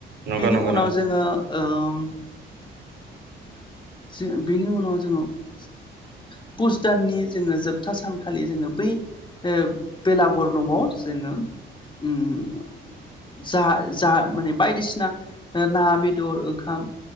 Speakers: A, on the right; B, on the left.
A: नंगौ
B: बिनि
A: नंगौ नो
B: <inaudible> ना बेदर ओंखाम